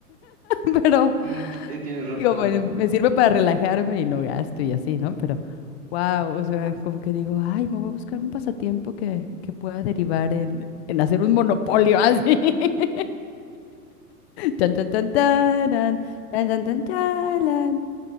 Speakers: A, on the left (about 40°); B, on the right (about 80°).
A: <laughs> Pero
B: Mm, eh, tienes razón.
A: Digo, pues me sirve para relajarme y no gasto y así, ¿no? Pero, wow, o sea, como que digo, ay, me voy a buscar un pasatiempo que, que pueda derivar en, en hacer un monopolio así. <laughs> Tan, tan, tan, taran, tan, tan, tan, talan.